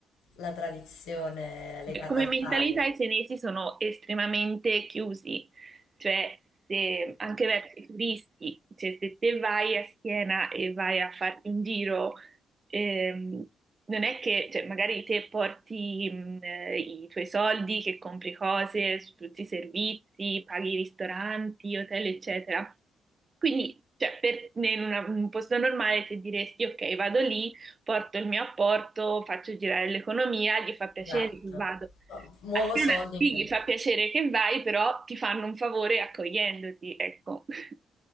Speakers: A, on the left; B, on the right.
A: la tradizione legata
B: Come
A: al
B: mentalità
A: taglio.
B: i senesi sono estremamente chiusi, cioè se- anche verso i turisti, cioè se te vai a Siena e vai a farti un giro, ehm, non è che cioè, magari te porti mh, eh, i tuoi soldi, che compri cose, su tutti i servizi, paghi i ristoranti, hotel, eccetera. Quindi, cioè, per- in una- in un posto normale ti diresti, ok, vado lì porto il mio apporto, faccio girare l'economia, gli fa piacere
A: Esatto.
B: che vado.
A: Muovo
B: Assieme
A: soldi
B: a Siena
A: in quel...
B: sì, gli fa piacere che vai, però ti fanno un favore accogliendoti, ecco. <laughs>